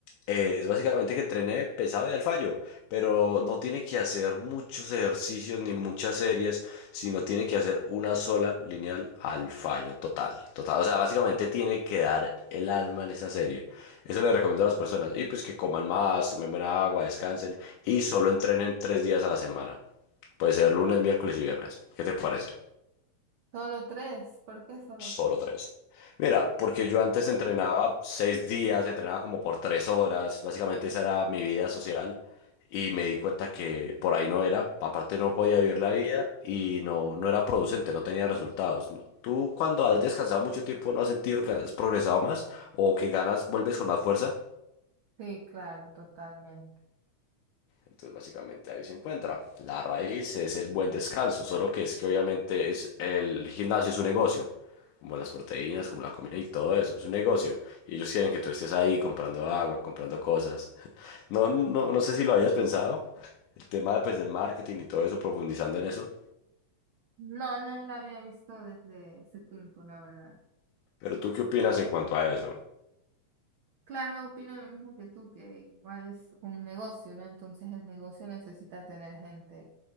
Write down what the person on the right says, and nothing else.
Solo tres, ¿por qué solo
tres?
Sí, claro, totalmente.
No, no lo había visto desde ese punto, la verdad.
Claro, opino lo mismo que tú, que igual es un negocio, ¿no? Entonces el negocio necesita tener gente